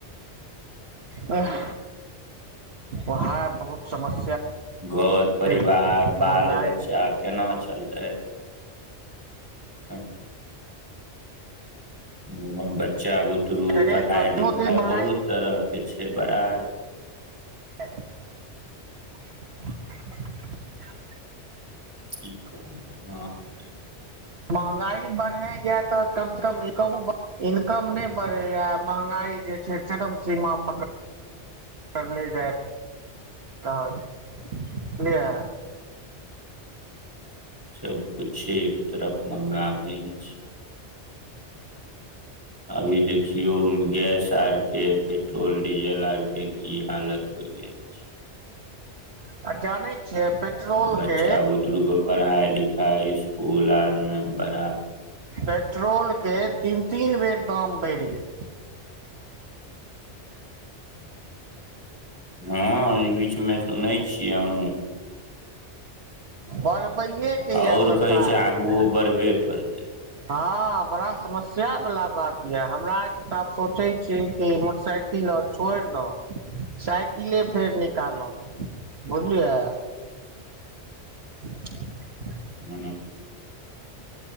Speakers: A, on the right; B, on the right.
A: अह उहाए बहुत समस
B: घर, परिवार,
A: महगाई
B: बाल बच्चा केना चलतै। एं। वहां बच्चा, बुतरु
A: दिनो
B: पढ़ाय, लिखाय
A: दिन महगाई
B: बहुत तरह के छै बड़ाए
A: <unintelligible>
B: <unintelligible> त
A: महंगाई बढ़े या तऽ कम से कम ए कम इनकम ने बढ़ै या महंगाई जे छै चरम सीमा पकड़ले जाय रहल छै। <unintelligible>
B: सबकुछ एक तरफ मंगा भै <unintelligible> अभी देख छियौ गैस आरके पेट्रोल डीजेल आरके की हालत हो गेल छै।
A: ह आ जानै छिय पेट्रोल
B: बच्चा
A: के
B: बुतरू के पढ़ाइ लिखाइ इसकुल आर मे बड़ा
A: पेट्रोल के तीन तीन बेर दाम बढ़ि गेलै।
B: हँ ई भी। किछमे सुनैत छिय हमहूँ।
A: बढ़बैए के
B: आओर
A: यए सरकार
B: कहै छै आगुओ
A: के
B: बढ़बे करबै।
A: हँ बड़ा समस्या बला बात यऽ हमरा आरके तऽ आब सोचै छ कि मोटरसाइकिल आओर छोईड़ दऊ। साइकिले फेर निकालहुं। बुझलियै। <unintelligible>
B: हँ हन।